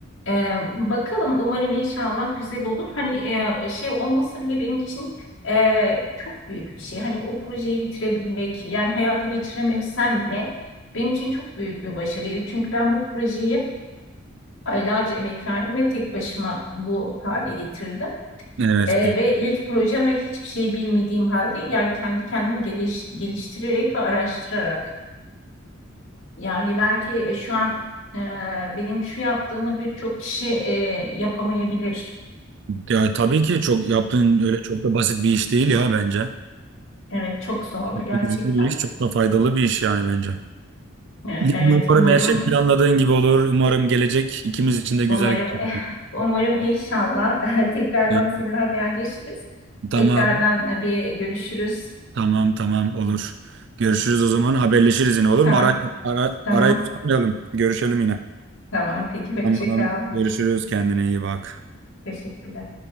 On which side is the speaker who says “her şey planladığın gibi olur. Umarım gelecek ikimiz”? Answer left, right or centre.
Right